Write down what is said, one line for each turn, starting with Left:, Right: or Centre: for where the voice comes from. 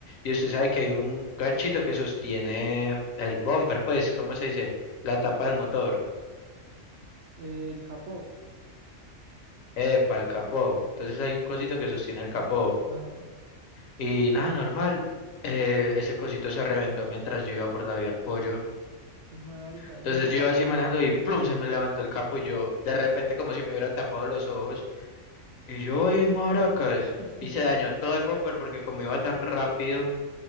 Left: y usted sabe que hay un ganchito que sostiene el bumper, pues, ¿cómo se dice? La tapa del motor,
Right: El capó.
Left: epa, el capó. Entonces hay un cosito que sostiene el capó
Right: Ajá.
Left: y nada, normal. eh, ese cosito se reventó mientras yo iba por la vía al pollo.
Right: Uy, marica.
Left: Entonces
Right: Entonces el
Left: yo
Right: capó.
Left: iba así manejando y plum, se me levantó el capo y yo, de repente, como si me hubieran tapado los ojos, y yo, ¡ay, maracas!
Right: <laughs>
Left: Y se dañó todo el bumper porque como iba tan rápido,